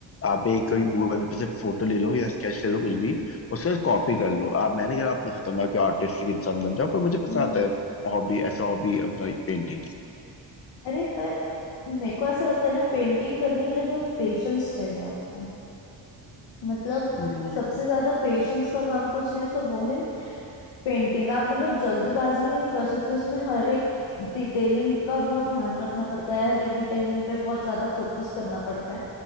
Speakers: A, on the left; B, on the left.
A: आप एक कोई गूगल पे से फोटो ले लो या स्केच ले लो कुछ भी उसके बाद कॉपी कर लो आप मैंने कहा आप ना खतरनाक आर्टिस्टिक इंसान बन जाओ पर मुझे पसंद
B: हम्म
A: आता है हॉबी ऐसा हॉबी अपना पेंटिंग
B: अरे पर मेरे को ऐसा लगता है ना पेंटिंग करने के लिए बहुत पेशेंस चाहिए आपको मतलब
A: हम्म
B: सबसे ज्यादा पेशेंस का काम कुछ है तो वो है पेंटिंग आप मतलब जल्दबाजी में नहीं कर सकते उसमें हर एक डिटेलिंग का बहुत ध्यान रखना पड़ता है हर एक डिटेलिंग पे बहुत ज्यादा फोकस करना पड़ता है